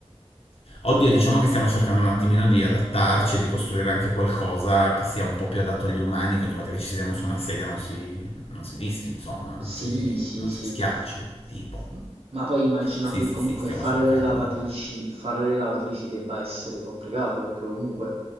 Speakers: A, on the left; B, on the right.
A: Oddio, diciamo che stiamo cercando un attimino di adattarci e di costruire anche qualcosa che sia un po' più adatto agli umani, che ogni volta che ci sediamo su una sedia non si, non si disfi, insomma, non
B: Sì,
A: si,
B: sì,
A: non
B: sì.
A: si schiacci, tipo.
B: M ma poi immagino
A: Sì,
B: che
A: sì,
B: comunque
A: sì, stiamo
B: fare
A: cercando.
B: le lavatrici fare le lavatrici debba essere complicato, perché comunque